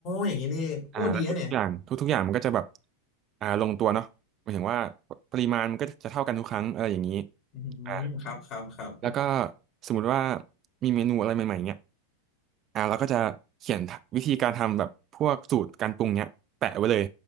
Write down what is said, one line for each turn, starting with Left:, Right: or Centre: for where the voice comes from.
Left: อย่างนี้นี่เองโอ้ดีนะเนี่ย
Right: อ่าแล้วทุกๆอย่างทุกๆอย่างมันก็จะแบบอ่าลงตัวเนาะหมายถึงว่าปริมาณมันก็จะเท่ากันทุกครั้งอะไรอย่างนี้
Left: อืมครับครับครับ
Right: อ่า แล้วก็สมมุติว่ามีเมนูอะไรใหม่ๆเนี่ยอ่าเราก็จะเขียนวิธีการทำแบบพวกสูตรการปรุงเนี่ยแปะไว้เลย